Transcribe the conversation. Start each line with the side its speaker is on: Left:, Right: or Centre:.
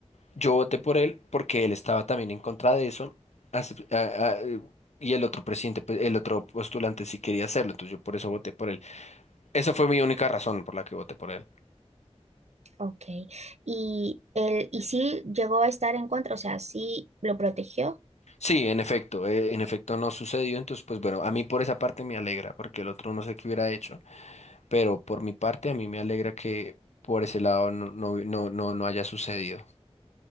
Left: Yo voté por él porque él estaba también en contra de eso. acep- a- a- eh, y el otro presidente, pues, el otro postulante sí quería hacerlo, entonces yo por eso voté por él. Esa fue mi única razón por la que voté por él.
Right: Ok. Y él, y sí llegó a estar en contra, o sea, sí lo protegió.
Left: Sí, en efecto, eh, en efecto no sucedió, entonces pues bueno, a mí por esa parte me alegra, porque el otro no sé qué hubiera hecho, pero por mi parte a mí me alegra que por ese lado no, no, no, no, no haya sucedido.